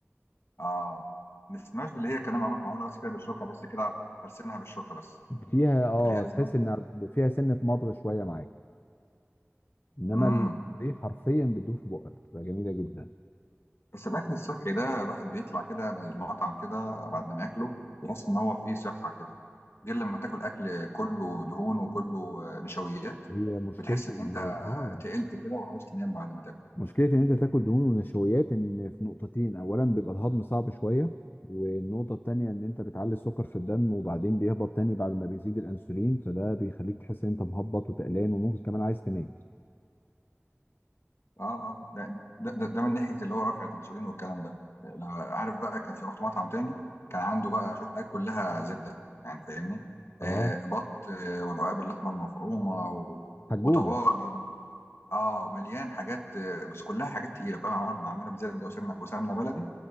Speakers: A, on the left; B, on the left.
A: اه السماش دي اللي هي كلام معمول معمول بس كده بالشوكه بس كده هرسنها بالشوكه بس
B: فيها اه
A: دي اللي هي لازم
B: تحس إنها فيها سنة مضغ شوية معاك انما
A: امم
B: الايه حرفيا بتدوب في بقك بتبقى جميله جدا
A: بس الاكل الصحي ده الواحد بيطلع كده من المطعم كده بعد ما ياكله يحس ان هو فيه صحه كده غير لما تاكل اكل كله دهون وكله آه، نشويات
B: هي مشكله
A: بتحس ان
B: ال-
A: انت
B: اه
A: تقلت كده وعاوز تنام بعد ما تاكل
B: مشكله ان انت تاكل دهون ونشويات ان في نقطتين اولا بيبقى الهضم صعب شويه والنقطه التانيه ان انت بتعلي السكر في الدم وبعدين بيهبط تاني بعد ما بيزيد الانسولين فده بيخليك تحس ان انت مهبط وتقلان وممكن كمان عايز تنام
A: اه اه لا ده, ده, ده من ناحيه اللي هو رفع الانسولين والكلام ده لو عارف بقى كان في رحت مطعم تاني كان عنده بقى شويه حاجات كلها زبده يعني فاهمني
B: اه
A: آه بط آه ورقاق باللحمه المفرومه و...
B: حجوجه
A: وطواجن اه مليان حاجات آه بس كلها حاجات تقيله كلها معموله معموله بزبده وسمنه وسمنه بلدي